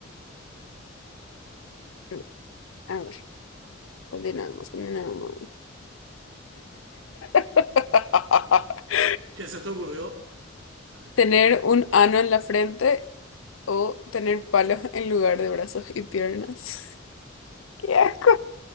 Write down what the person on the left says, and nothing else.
Mm, A ver, continuemos, continuemos. <laughs>
Tener un ano en la frente o tener palos en lugar de brazos y piernas. <laughs> ¡Qué asco!